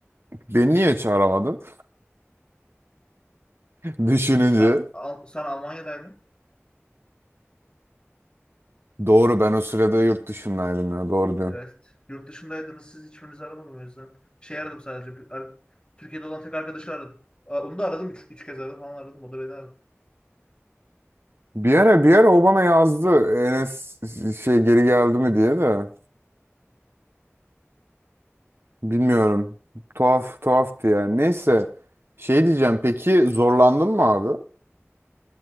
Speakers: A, on the right; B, on the left.
A: beni niye hiç aramadın? <laughs> Düşününce.
B: Sen, Al- sen Almanya'daydın.
A: Doğru ben o sırada yurt dışındaydım ya. Doğru diyorsun.
B: Evet. Yurt dışındaydınız. Siz hiçbirinizi aramadım o yüzden. Şey aradım sadece. bir ar- Türkiye'de olan tek arkadaşı aradım. Aa, Onu da aradım. Üç, üç kez aradım falan aradım. O da beni aradı.
A: Bir ara bir ara o bana yazdı. Enes şey geri geldi mi diye de. Bilmiyorum. Tuhaf, tuhaftı yani. Neyse. Şey diyeceğim. Peki zorlandın mı abi?